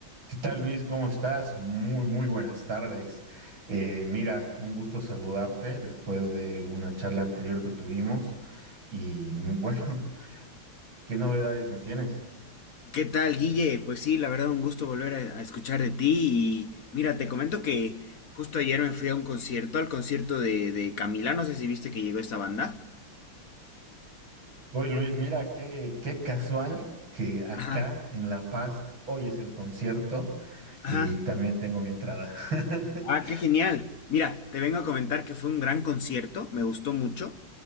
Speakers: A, on the right (about 60°); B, on the left (about 50°).
A: ¿Qué tal, Luis? ¿Cómo estás? Muy, muy buenas tardes. Eh, mira, un gusto saludarte después de una charla anterior que tuvimos. Y mm, bueno, <laughs> ¿qué novedades me tienes?
B: ¿Qué tal, Guille? Pues sí, la verdad, un gusto volver a, a escuchar de ti. Y mira, te comento que justo ayer me fui a un concierto, al concierto de, de Camila, no sé si viste que llegó esta banda.
A: Uy, Luis, mira, qué, qué casual que acá
B: Ajá,
A: en La Paz hoy es el concierto
B: ajá.
A: y también tengo mi entrada. <laughs>
B: Ah, qué genial. Mira, te vengo a comentar que fue un gran concierto, me gustó mucho,